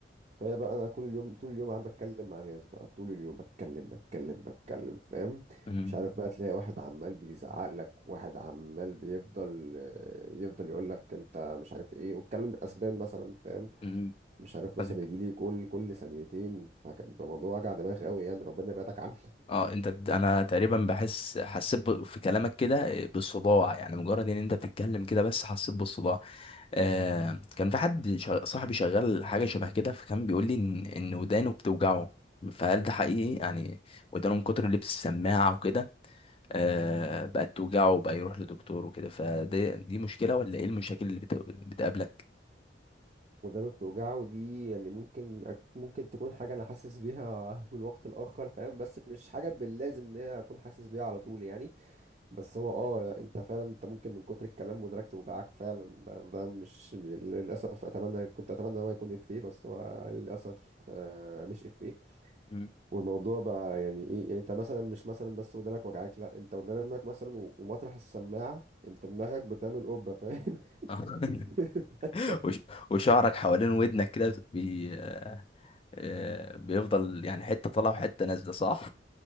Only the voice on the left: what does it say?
مهم.
مهم.
طيب
اه انت ت- انا تقريبا بحس حسيت ب- في كلامك كده آه، بالصداع يعني مجرد ان انت بتتكلم كده بس حسيت بالصداع آه كان في حد شا- صاحبي شغال حاجة شبه كده فكان بيقول لي ان ان ودانه بتوجعه فهل ده حقيقي يعني ودانه من كتر اللبس السماعة وكده آه، بقت توجعه وبقى يروح لدكتور وكده فدي دي مشكلة ولا ايه المشاكل اللي بت- بتقابلك
مم.
آه. <laughs>
وش- وشعرك حوالين ودنك كده بي... آه، آه، بيفضل يعني حتة طالعة وحتة نازلة صح